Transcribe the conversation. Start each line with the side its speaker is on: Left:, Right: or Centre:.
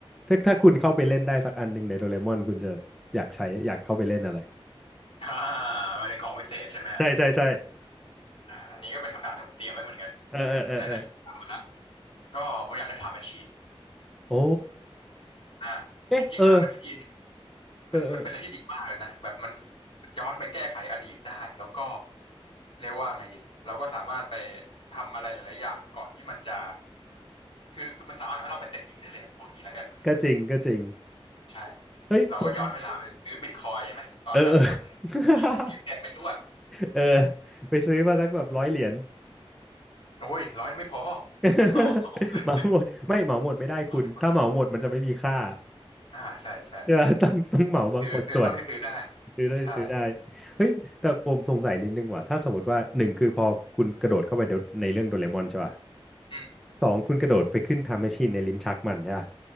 Centre: ถ้าถ้าคุณเข้าไปเล่นได้สักอันหนึ่งในโดเรมอนคุณจะอยากใช้อยากเข้าไปเล่นอะไร
Left: อ่าหมายถึงของวิเศษใช่ไหมฮะ
Centre: ใช่ใช่ใช่
Left: อ่าอันนี้ก็เป็นคำถามที่ผมเตรียมไว้เหมือนกันไหนไหนไหนถามมาละ
Centre: เออเออเออเออ
Left: ก็ผมอยากได้ถามแมชชีน
Centre: โอ้
Left: อ่า
Centre: เอ๊ะเออ
Left: จริงๆถามแมชชีน
Centre: เออเออ
Left: มันมันเป็นอะไรที่ดีมากเลยนะแบบมันย้อนไปแก้ไขอดีตได้แล้วก็เรียกว่าไงดีเราก็สามารถไปทำอะไรหลายๆอย่างก่อนที่มันจะคือคือมันสามารถทำให้เราเป็นเศรษฐีได้เลยอะพูดงี้แล้วกัน
Centre: ก็จริงก็จริง
Left: ใช่
Centre: เฮ้ยผม
Left: เราก็ย้อนเวลาไปซื้อบิตคอยน์ใช่ไหมตอนแบบมัน
Centre: เออเออ <laughs>
Left: กี่กี่เซนไม่รู้อ่ะ
Centre: เออไปซื้อมาสักแบบร้อยเหรียญ
Left: โอ้ยร้อยไม่พอ
Centre: <laughs>
Left: เหมาเหมาเลย
Centre: เหมาหมดไม่เหมาหมดไม่ได้คุณถ้าเหมาหมดมันจะไม่มีค่า
Left: <laughs> ตออให้คนอ่าใช่ใช่
Centre: ใช่ปะต้องต้องเหมาบางบางส่วน
Left: ซื้อซื้อเท่าที่ซื้อได้
Centre: ซื้อได้ซื้อได้
Left: ใช่
Centre: เฮ้ยแต่ผมสงสัยนิดนึงว่ะถ้าสมมติว่าหนึ่งคือพอคุณกระโดดเข้าไปในในเรื่องโดเรมอนใช่ป่ะ
Left: อืม
Centre: สองคุณกระโดดไปขึ้นไทม์แมชชีนในลิ้นชักมันใช่ป่ะ